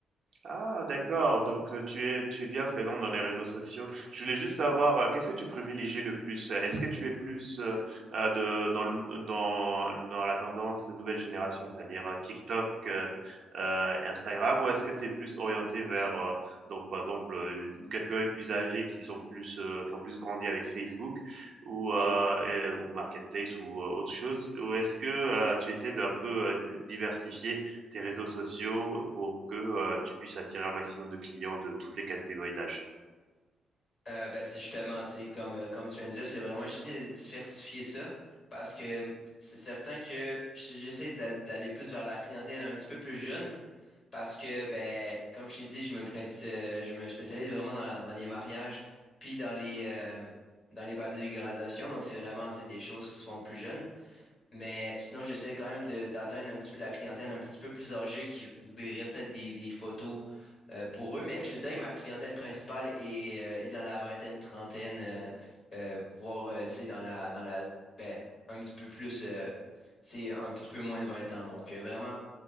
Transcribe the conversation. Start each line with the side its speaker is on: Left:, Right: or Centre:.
Right: Ah d'accord, donc heu, tu es tu es bien présent dans les réseaux sociaux. Je voulais juste savoir, heu, qu'est-ce que tu privilégies le plus? Heu, est-ce que tu es plus, heu heu, de dans le dans dans la tendance de nouvelle génération, c'est-à-dire, heu, TikTok, heu heu, Instagram ou est-ce que tu es plus orienté vers, heu, donc par exemple, heu, une catégorie plus âgée qui sont plus, heu, qui ont plus grandi avec Facebook ou heu et ou Marketplace ou, heu, autre chose? Ou est-ce que, heu, tu essaies d'un peu, heu, diversifier tes réseaux sociaux pour que, heu, tu puisses attirer un maximum de clients de toutes les catégories d'âge.
Left: Euh, ben, c'est justement, tu sais, comme, euh, comme tu viens de dire, c'est vraiment, j'essaie de diversifier ça parce que c'est certain que j'essaie d'a- d'aller plus vers la clientèle un petit peu plus jeune parce que, ben, comme je t'ai dit, je me, prince- euh, je me spécialise vraiment dans, dans les mariages puis dans les, euh, dans les bals de graduation. Donc, c'est vraiment, tu sais, des choses qui se font plus jeunes. Mais sinon, j'essaie quand même de- d'atteindre un petit peu de la clientèle un petit peu plus âgée qui voudrait peut-être des, des photos euh, pour eux. Mais je te dirais que ma clientèle principale est, euh, est dans la vingtaine, trentaine, euh, euh, voire euh, tu sais, dans la, dans la, ben, un petit peu plus, euh, tu sais, un petit peu moins de 20 ans. Donc euh, vraiment